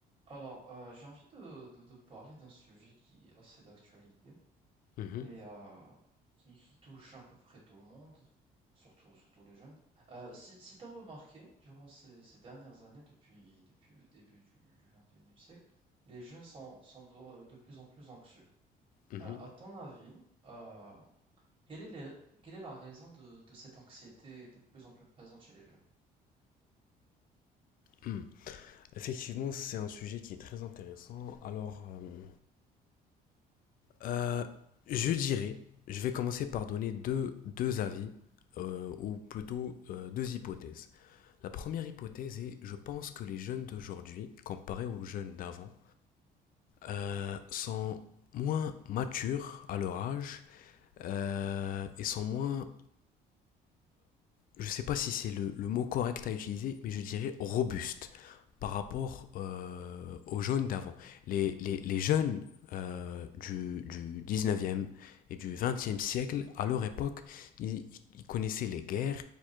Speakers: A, on the right; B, on the left.
A: Alors, euh, j'ai envie de, de, de parler d'un sujet qui est assez d'actualité
B: Mhm,
A: et euh, qui, qui touche à peu près tout le monde, surtout, surtout les jeunes. Euh, si si tu as remarqué, durant ces, ces dernières années, depuis, depuis le début du, du 21e siècle, les jeunes sont, sont de, de plus en plus anxieux.
B: mhm,
A: Euh, à ton avis, euh, quelle est les- quelle est la raison de, de cette anxiété de plus en plus présente chez les jeunes?
B: mhm. Effectivement, c'est un sujet qui est très intéressant. Alors, euh, euh, je dirais, je vais commencer par donner deux, deux avis, euh, ou plutôt euh, deux hypothèses. La première hypothèse est, je pense que les jeunes d'aujourd'hui, comparés aux jeunes d'avant, euh, sont moins matures à leur âge euh, et sont moins je ne sais pas si c'est le, le mot correct à utiliser, mais je dirais robuste par rapport euh, aux jeunes d'avant. Les, les, les jeunes euh, du, du 19e et du 20 siècle, à leur époque, ils, ils connaissaient les guerres,